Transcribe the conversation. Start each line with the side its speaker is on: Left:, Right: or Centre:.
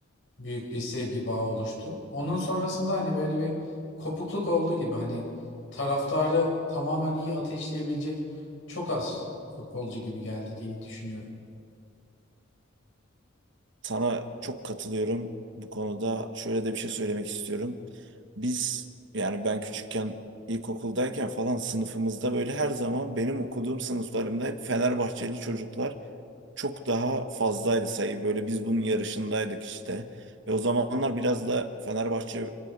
Left: büyük bir sevgi bağı oluştu. Onun sonrasında hani böyle bir kopukluk oldu gibi hani taraftarı tamamen iyi ateşleyebilecek çok az futbolcu gibi geldi diye düşünüyorum.
Right: Sana çok katılıyorum bu konuda. Şöyle de bir şey söylemek istiyorum. Biz yani ben küçükken ilkokuldayken falan sınıfımızda böyle her zaman benim okuduğum sınıflarımda hep Fenerbahçeli çocuklar çok daha fazlaydı sayı. Böyle biz bunun yarışındaydık işte. Ve o zamanlar biraz da Fenerbahçe